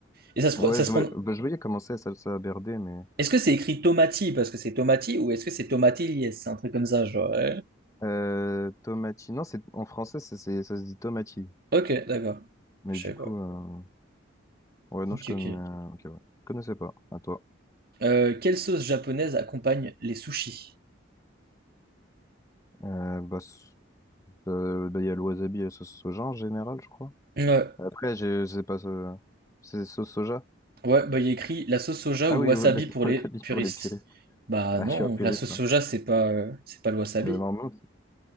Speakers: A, on the right; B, on the left.
A: Et ça se, pro-
B: Ouais,
A: ça
B: je,
A: se prend...
B: voyais- bah, je voyais comment c'est salsa verde, mais
A: Est-ce que c'est écrit tomati parce que c'est tomati ou est-ce que c'est tomatilles? C'est un truc comme ça, genre. ouais.
B: euh, tomatilles. Non, c'est en français, c'est, c'est- ça se dit tomatilles.
A: Ok, d'accord.
B: Mais
A: Je
B: du
A: savais
B: coup.
A: pas.
B: euh, Ouais, non,
A: Ok,
B: je connais.
A: ok.
B: euh, Ok, ouais. Je connaissais pas. À toi.
A: Euh, quelle sauce japonaise accompagne les sushis?
B: Euh, bah, s- euh, bah, il y a le wasabi et la sauce soja en général, je crois.
A: Ouais,
B: Après, je sais pas. ça- C'est sauce soja?
A: ouais, bah il y a écrit la sauce soja
B: Ah
A: ou
B: oui,
A: wasabi
B: ouais, <laughs> bah, c'est
A: pour
B: le
A: les
B: wasabi
A: puristes.
B: pour les puristes.
A: Bah
B: Ah,
A: non,
B: je suis un puriste.
A: la sauce soja,
B: hein.
A: c'est pas, euh, c'est pas le wasabi.
B: Mais normalement, c'est-